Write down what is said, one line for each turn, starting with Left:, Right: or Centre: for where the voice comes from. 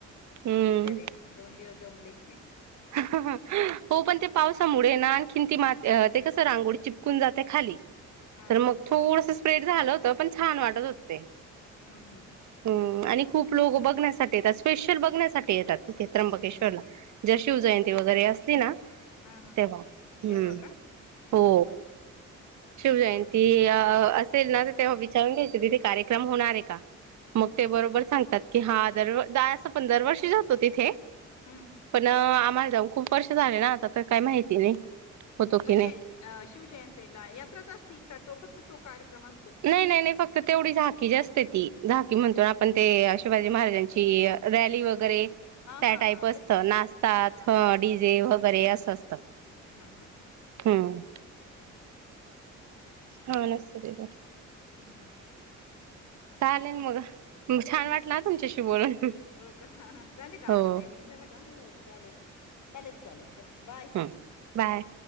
Right: हम्म
Left: बिचारे दोन दिवस दमले.
Right: हो पण ते पावसामुळे ना, आणखीन ती मात ते कसं, रांगोळी चिपकून जाते खाली.
Left: हा
Right: तर मग
Left: हम्म,
Right: थोडस स्प्रेड झालं होतं, पण छान वाटत होत ते.
Left: हम्म हम्म हम्म
Right: हम्म आणि खूप लोक बघण्यासाठी येतात स्पेशल बघण्यासाठी येतात तिथे त्र्यंबकेश्वरला.
Left: हो ना
Right: जर शिवजयंती वगैरे असली ना
Left: हा हा
Right: तेव्हा. हम्म
Left: तेव्हा का
Right: हो
Left: अच्छा
Right: शिवजयंती
Left: हम्म.
Right: अ असेल ना तर तेव्हा विचारून घ्यायच तिथे कार्यक्रम होणार आहे का? मग ते बरोबर सांगतात की हा दर द असं पण दर वर्षी जातो तिथे.
Left: हम्म.
Right: न आम्हाला जाऊन खूप वर्ष झाले ना आता तर काही माहिती नाही. होतो
Left: म्हणजे
Right: की नाही
Left: अ शिवजयंतीला यात्राच असती का तो फक्त तो कार्यक्रम असतो?
Right: नाही नाही नाही फक्त तेवढी झाकी जा असते ती झाकी म्हणतो आपण ते शिवाजी महाराजांची. रॅली वगैरे त्या
Left: हा हा
Right: टाईप
Left: हा
Right: असत
Left: तसं
Right: नाष्टा
Left: हां
Right: डीजे वगैरे असं असतं.
Left: हां हां हां
Right: हम्म
Left: <inaudible>
Right: हा नसते आहे.
Left: हम्म हम्म.
Right: चालेल ना मग मग छान वाटलं हा तुमच्याशी बोलून.
Left: हो का झाले का आपला
Right: हो
Left: टायमिंग झाला, का हो चालेल चालेल चालेल बाय.
Right: हम्म बाय.